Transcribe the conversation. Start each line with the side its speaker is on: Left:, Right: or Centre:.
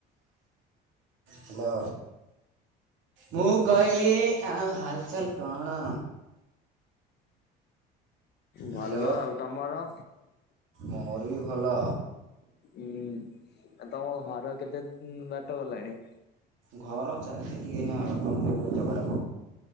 Right: ହାଲୋ। ମୁଁ କହିଲି ଆଉ ହାଲ୍ଚାଲ୍ କଣ?
Left: ଭଲ
Right: ହ୍ୟାଲୋ
Left: ଆଉ ତମର?
Right: ମୋର ବି ଭଲ।
Left: ଉଁ ଆଉ ତମ ଘର କେତେ ବାଟ ଗଲାଣି?
Right: ଘର ଚାଲି ଛି ଟିକେ ଏଇନା ବାପା ମାନିଙ୍କର ଝଗଡ଼ା